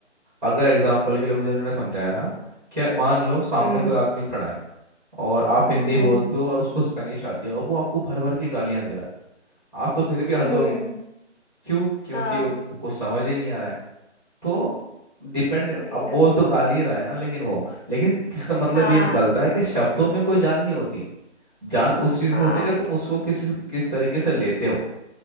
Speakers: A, on the right; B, on the left.
A: अगर एग्जाम्पल के लिए मुझे उन्होंने समझाया था कि मान लो सामने
B: हम्म
A: कोई आदमी खड़ा है और आप हिंदी
B: हम्म
A: बोलते हो और उसको स्पेनिश आती है और वो आपको भर भर के गालियां दे रहा है आप तो फिर भी हंसोगे
B: हम्म
A: क्यों क्योंकि
B: हाँ
A: कुछ समझ ही नहीं आ रहा है तो डिपेंड
B: वही
A: अब
B: ना
A: बोल तो गाली ही रहा है ना लेकिन वो लेकिन किसका मतलब
B: हाँ
A: ये निकलता है कि शब्दों में कोई जान नहीं होती जान उस चीज
B: हाँ
A: में होती है कि तुम उसको किस किस तरीके से लेते हो